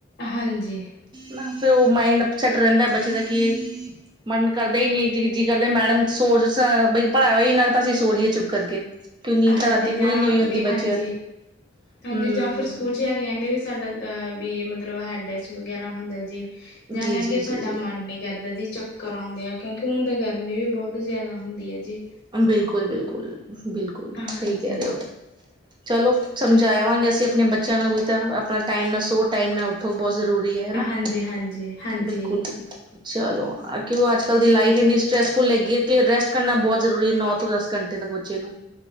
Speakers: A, on the left; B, on the right.
A: ਹਾਂਜੀ
B: ਨਾ ਫਿਰ ਉਹ ਮਾਈਂਡ ਸੈਟ ਰਹਿੰਦਾ ਬੱਚੇ ਦਾ ਕੀ ਇਹ ਮਨ ਕਰਦੇ ਹੀ ਨੀ ਜੀ ਕਰਦੇ ਮੈਡਮ ਸੋਚ ਬਈ ਪੜਾਵੇ ਹੀ ਨਾ ਤਾਂ ਅਸੀਂ ਸੋ ਜੀਏ ਚੁਪ ਕਰਕੇ। ਕਿ ਨੀਂਦ
A: ਹਾਂਜੀ
B: ਤਾਂ ਰਾਤੀ ਪੂਰੀ
A: ਜਾਂ
B: ਨੀ ਹੋਈ ਹੁੰਦੀ
A: ਵੀ
B: ਬੱਚਿਆਂ
A: ਹਾਂਜੀ।
B: ਦੀ
A: ਹਾਂਜੀ
B: ਹਮ
A: ਜਾਂ ਫਿਰ ਸਕੂਲ 'ਚ ਆ ਕੇ ਕਹਿੰਦੇ ਵੀ ਸਾਡਾ ਅ ਵੀ ਮਤਲਬ ਹੈਡ ਡੈਸ ਵਗੈਰਾ ਹੁੰਦਾ ਜੀ ਜਾਂ
B: ਜੀ
A: ਕਹਿਣਗੇ
B: ਜੀ ਜੀ
A: ਸਾਡਾ
B: ਜੀ
A: ਮਨ ਨੀ ਕਰਦਾ ਜੀ ਚੱਕਰ ਆਉਂਦੇ ਆ। ਕਿਉਂਕਿ ਹੁਣ ਤਾਂ ਗਰਮੀ ਵੀ ਬਹੁਤ ਜ਼ਿਆਦਾ ਹੁੰਦੀ ਐ ਜੀ।
B: ਬਿਲਕੁਲ-ਬਿਲਕੁਲ, ਬਿਲਕੁਲ
A: ਹਾਂਜੀ
B: ਸਹੀ ਕਹਿ ਰਹੇ ਹੋ। ਚਲੋ ਸਮਝਾਇਵਾਂਗੇ ਅਸੀਂ ਆਪਣੇ ਬੱਚਿਆਂ ਨੂੰ ਵੀ ਤਾਂ ਆਪਣਾ ਟਾਈਮ ਨਾ ਸੋ ਟਾਈਮ ਨਾ ਉੱਠੋ ਬਹੁਤ ਜ਼ਰੂਰੀ ਹੁੰਦੀ ਹੈ ਹਨਾ
A: ਹਾਂਜੀ ਹਾਂਜੀ ਹਾਂਜੀ
B: ਬਿਲਕੁਲ। ਚਲੋ ਕਿਉ ਉਹ ਅੱਜਕੱਲ ਦੀ ਲਾਈਫ ਇੰਨੀ ਸਟਟਰੈਸਫੁੱਲ ਹੈਗੀ ਹੈ ਕਿ ਰੈਸਟ ਕਰਨਾ ਬਹੁਤ ਜ਼ ਜ਼ਰੂਰੀ ਹੈ ਨੌ ਤੋਂ ਦਸ ਘੰਟੇ ਤੱਕ ਬੱਚੇ ਨੂੰ